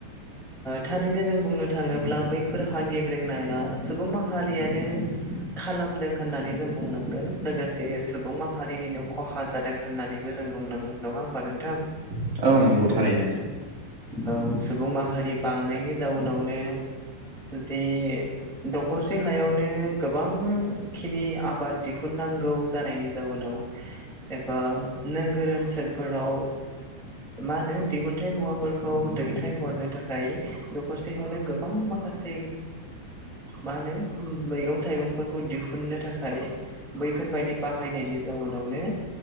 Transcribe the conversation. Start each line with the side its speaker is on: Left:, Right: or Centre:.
Centre: थारैनो जों बुंनो थाङोब्ला बैफोर हा गेब्रें नाया सुबुं माहारियानो खालामदों होननानै जों बुंनांगोन लोगोसे सुबुं माहारिनिनो ख'हा जादों। होननानैबो जों बुंनांगोन नङा होमबा नोंथां?
Right: औ नंगौ थारैनो
Centre: औ सुबुं माहारि बांनायनि जाउनावनो जे दखरसे हायावनो गोबां खिनि आबाद दिहुननांगौ जानायनि जाउनाव ओ नोगोर ओनसोलफोराव मा होनो दिहुनथाइ मुवाफोरखौ दैथाय हरनो थाखाय दखरथायावनो गोबां मा खासे मा होनो मैगं थाइगंफोरखौ दिहुननो थाखाय बैफोरबायदि बाहायनायनि जाउनावनो